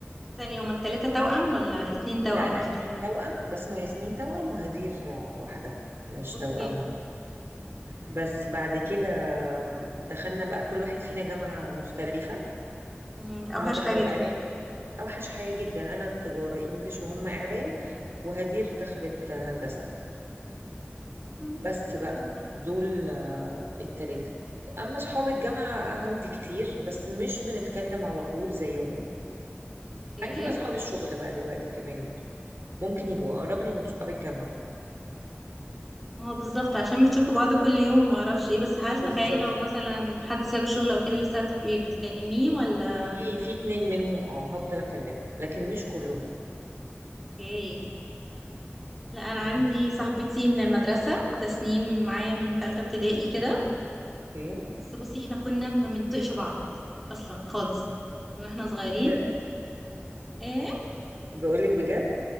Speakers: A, in the centre; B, on the right.
A: ثانية هما التلاتة توأم ولا اتنين توأم
B: لا لا
A: آخر؟
B: اتنين توأم بس ما ياسمين توأم وهدير لوحدها مش
A: اوكي
B: توأم بس بعد كده دخلنا بقى كل واحد فينا جامعة مختلفة
A: مم، دي أوحش
B: هما دخلوا
A: حاجة دي
B: إعلام أوحش حاجة جدا أنا تجارة إنجليش وهم إعلام وهدير دخلت هندسة
A: مم.
B: بس بقى
A: حلو.
B: دول آه، التلاتة أما أصحاب الجامعة عندي كتير بس مش بنتكلم على طول زيهم
A: اوكي
B: عندي بقى أصحاب الشغل بقى دلوقتي كمان ممكن يبقوا اقرب لي من صحاب الجامعه
A: ما هو بالظبط عشان بتشوفوا بعض كل يوم وما اعرفش ايه بس هل تخيلي
B: بالظبط
A: لو مثلا حد ساب الشغل او كده لسه هتبقي بتكلميه ولا
B: في في اتنين منهم اه هفضل اكلمهم لكن مش كلهم
A: ايه لا انا
B: يعني
A: عندي صاحبتي من المدرسه تسنيم معايا من ثالثه ابتدائي كده
B: اوكي
A: بس بصي احنا كنا ما بنطقش بعض اصلا خالص من واحنا صغيرين
B: ايه ده
A: ايه
B: بقول لك بجد